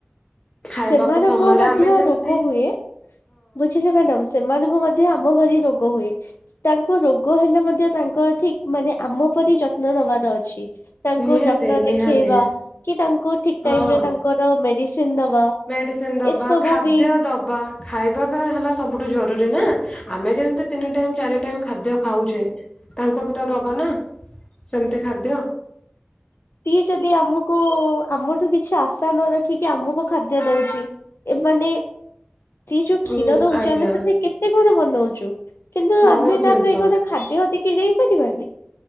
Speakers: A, on the left; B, on the left.
A: ଖାଇବାକୁ
B: ସେମାନଙ୍କୁ
A: ସମୟରେ
B: ମଧ୍ୟ
A: ଆମେ ଯେମତି
B: ରୋଗ ହୁଏ ବୁଝିଲେ ମ୍ୟାଡାମ ସେମାନଙ୍କୁ ମଧ୍ୟ ଆମ ଭଳି ରୋଗ ହୁଏ। ତାଙ୍କୁ ରୋଗ ହେଲେ ମଧ୍ୟ ତାଙ୍କ ଠିକ ମାନେ ଆମ ପରି ଯତ୍ନ ନବାର ଅଛି। ତାଙ୍କୁ
A: ନିହାତି
B: ଡକ୍ଟର
A: ନିହାତି
B: ଦେଖେଇବା କି ତାଙ୍କୁ ଠିକ
A: ହଁ
B: ଟାଇମ ରେ ତାଙ୍କର ମେଡିସିନ ଦବା?
A: ମେଡିସିନ ଦବା
B: ଏସବୁ
A: ଖାଦ୍ୟ
B: ବି
A: ଦବା ଖାଇବା ହେଲା ସବୁଠୁ ଜରୁରୀ ନା ଆମେ ଯେମତି ତିନି ଟାଇ ଚାରି ଟାଇମ ଖାଦ୍ୟ ଖାଉଛେ ତାଙ୍କୁ ବି ତ ଦବା ନା ସେମିତି ଖାଦ୍ୟ
B: ସିଏଯଦି ଆମକୁ ଆମଠୁ କିଛି ଆଶା ନ ରଖିକି ଆମକୁ ଖାଦ୍ୟ ଦଉଛି। ଏମାନେ ସିଏ ଯୋଉ କ୍ଷୀର
A: ଉ
B: ଦଉଛିେ
A: ଆଜ୍ଞା
B: ଆମେ ସେଥିରେ କେତେ କଣ ବନଉଛୁ କିନ୍ତୁ
A: ବହୁତ
B: ଆମେ
A: ଜିନିଷ
B: ତା ପାଇଁ କଣ? ଖାଦ୍ୟ ଟିକେ ଦେଇ ପାରିବନି।